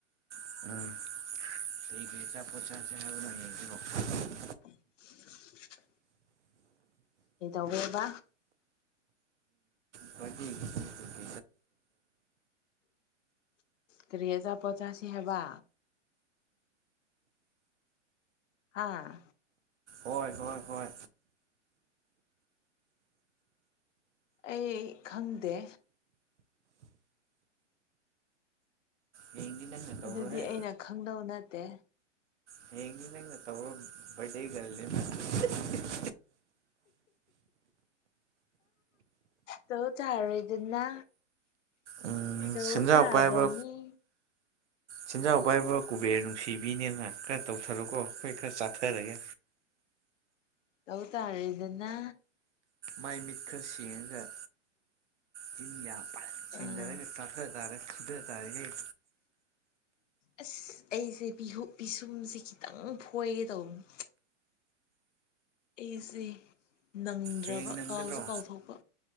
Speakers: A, on the right (about 70°); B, on the left (about 80°).
A: ꯎꯝ ꯁꯟꯗ° ꯑꯆꯥꯄꫭꯠ ꯄꯣꯠꯁꯦ ꯍꯥꯏꯗꫭ ꯍꯌꯦꯡꯅꯤꯀꫭ
B: <inaudible> <unintelligible> ꯀꯩꯗꯧꯔ°ꯕꯥ
A: ꯂ <unintelligible>
B: ꯀꯔꯤ ꯑꯆꯥꯄꫭꯠ ꯆꯥꯁꯤ ꯍꯥꯏꯕ ꯍꯥꯥ
A: ꯍꯣꯏ ꯍꯣꯏ ꯍꯣꯏ꯫
B: ꯑꯩ ꯈꯪꯗꯦ꯫
A: ꯍꯌꯦꯡꯗꯤ ꯅꯪꯅ ꯇꯧꯔꯣꯍꯦ
B: ꯑꯗꯨꯗꯤ ꯑꯩꯅꯥ ꯈꯪꯗꯧ ꯅꯠꯇꯦ
A: ꯑ° ꯇꯥꯕꯔꫭ ꯃꯩꯇꯩ ꯒꯜꯅꯤꯅꯥ <unintelligible> <inaudible>
B: ꯇꯧ ꯇꯥꯔꯦꯗꯅꯥ
A: ꯎꯝ
B: ꯇꯧ
A: ꯁꯦꯟꯖꯥꯎ
B: ꯇꯕꯅꯤ
A: ꯄꯥꯏꯕ ꯁꯦꯟꯖꯥꯎ ꯄꯥꯏꯕꯥ ꯀꯨꯕꯦꯔ ꯅꯨꯡꯁꯤꯕꯤꯅꯦꯅꯥ ꯈꯔ ꯇꯧꯊꯔꯣꯀꯣ ꯑꯩꯈꯣꯏ ꯈꯔ ꯆꯥꯊꯔꯒꯦ꯫
B: ꯇꯧ ꯇꯥꯔꯦꯗꯅ
A: ꯃꯥꯏ ꯃꯤꯠꯀ ꯁ°ꯡꯉꯒꯥ ꯆꯤꯟ ꯌꯥ ꯐꯖꯅ
B: ꯑꯥ
A: ꯁ°ꯡꯗꯔꯒ ꯆꯊꯥ ꯇꯥꯔꯦ ꯍ°
B: ꯑꯁ ꯑꯩꯁꯦ ꯄꯤꯁꯨꯝꯁꯤ ꯈꯤꯇꯪ ꯐꯣꯏꯒꯦ ꯇꯧꯕꯅꯤ꯫ ꯑꯩꯁꯦ ꯅꯪꯗ꯭ꯔꯕꯥ
A: ꯍꯌꯦꯡ ꯅꯪꯒꯗ꯭ꯔꯣ
B: ꯀꯥꯎꯁꯨ ꯀꯥꯎꯊꯣꯛꯄꯥ